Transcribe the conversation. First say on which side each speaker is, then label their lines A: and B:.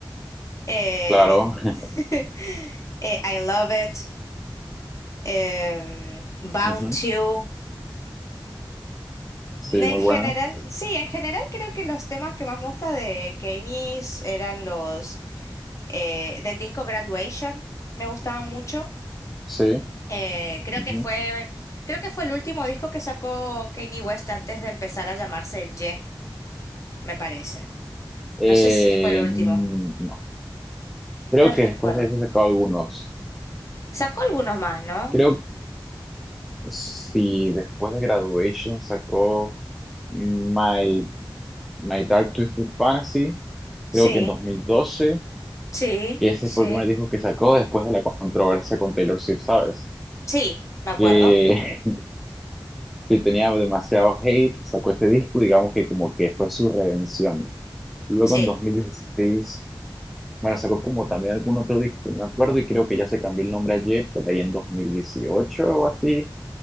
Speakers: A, on the left; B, in the centre.
A: eh,
B: Claro. <laughs>
A: <laughs> eh, I Love It. em, Bound
B: Ujú.
A: to.
B: Sí,
A: En
B: muy
A: general,
B: buena.
A: sí, en general creo que los temas que más me gusta de Kenny's eran los eh, del disco Graduation, me gustaban mucho.
B: Sí.
A: Eh, creo
B: Ujú.
A: que fue, creo que fue el último disco que sacó Kanye West antes de empezar a llamarse el Ye, me parece.
B: Eh,
A: No sé si fue el último,
B: mm, no. Creo
A: no recuerdo.
B: que después de eso sacó algunos.
A: Sacó algunos más, ¿no?
B: Creo si después de Graduation sacó... My My Dark Twisted Fantasy,
A: Sí,
B: creo que en 2012,
A: sí,
B: y ese
A: sí.
B: fue el primer disco que sacó después de la controversia con Taylor Swift, ¿sabes?
A: Sí, me acuerdo.
B: Eh, <laughs> que tenía demasiado hate, sacó ese disco, digamos que como que fue su redención. Luego
A: Sí.
B: en 2016 bueno, sacó como también algún otro disco que no me acuerdo, y creo que ya se cambió el nombre ayer, por ahí en 2018 o así,